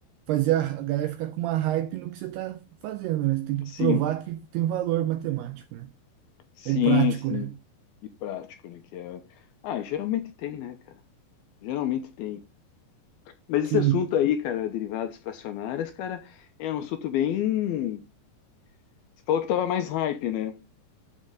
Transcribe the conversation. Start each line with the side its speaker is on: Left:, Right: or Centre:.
Right: fazer a a galera ficar com uma hype no que você tá fazendo, né? Você tem que
Left: sim,
Right: provar que tem valor matemático, né?
Left: sim,
Right: Ou prático,
Left: sim.
Right: né?
Left: E prático, né? Que é... Ah, e geralmente tem, né, cara? Geralmente tem. Mas esse
Right: Sim.
Left: assunto aí, cara, derivadas fracionárias, cara, é um assunto bem. Você falou que tava mais hype, né?